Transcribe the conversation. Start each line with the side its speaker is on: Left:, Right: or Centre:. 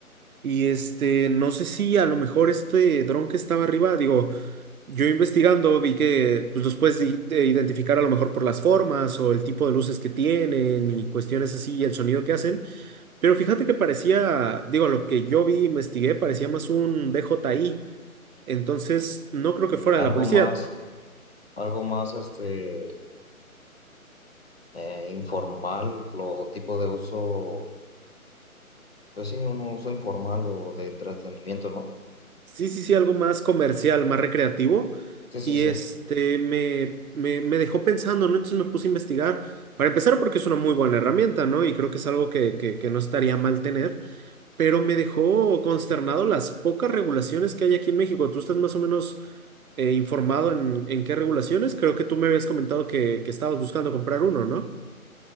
Right: Y este, no sé si a lo mejor este dron que estaba arriba, digo, yo investigando vi que pues, los puedes i- de identificar a lo mejor por las formas o el tipo de luces que tienen y cuestiones así y el sonido que hacen. Pero fíjate que parecía, digo, lo que yo vi, investigué, parecía más un DJI. Entonces, no creo que fuera
Left: Algo
Right: de la policía.
Left: más, algo más, este, eh, informal o tipo de uso, pues sí, un uso informal o de entretenimiento, ¿no?
Right: Sí, sí, sí, algo más comercial, más recreativo.
Left: Sí,
Right: Y
Left: sí, sí.
Right: este me, me, me dejó pensando, ¿no? Entonces me puse a investigar. Para empezar, porque es una muy buena herramienta, ¿no? Y creo que es algo que, que, que no estaría mal tener. Pero me dejó consternado las pocas regulaciones que hay aquí en México. Tú estás más o menos eh, informado en, en qué regulaciones. Creo que tú me habías comentado que, que estabas buscando comprar uno, ¿no?